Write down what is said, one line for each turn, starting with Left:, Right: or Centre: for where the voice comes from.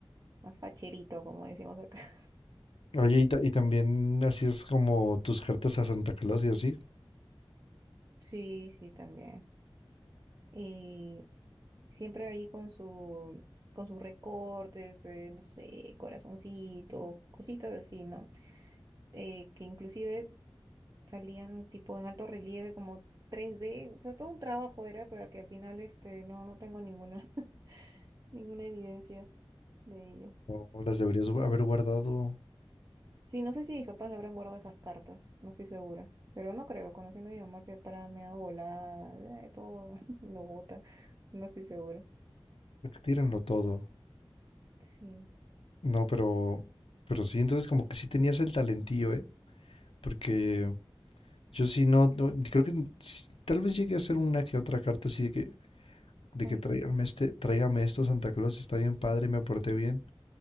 Right: más facherito, como decimos acá. <laughs>
Left: Oye, y, ta- y también así es como tus cartas a Santa Claus y así.
Right: Sí, sí, también. Y siempre ahí con su, con sus recortes, eh, no sé, corazoncitos, cositas así, ¿no? Eh, que inclusive salían tipo en alto relieve, como tres d o sea, todo un trabajo era, pero que al final este, no, no tengo ninguna, <laughs> ninguna evidencia de ello.
Left: No las deberías gu- haber guardado.
Right: Sí, no sé si mis papás habrán guardado esas cartas, no estoy segura, pero no creo, conociendo a mi mamá que para me da volada, eh, todo <laughs> lo bota, no estoy segura.
Left: Tírenlo todo.
Right: Sí,
Left: No, pero, pero sí, entonces como que sí tenías el talentillo, ¿eh? Porque yo sí no, no- creo que s- tal vez llegué a hacer una que otra carta así de que, de
Right: ajá,
Left: que tráigame este, tráigame esto, Santa Claus, está bien padre y me porté bien.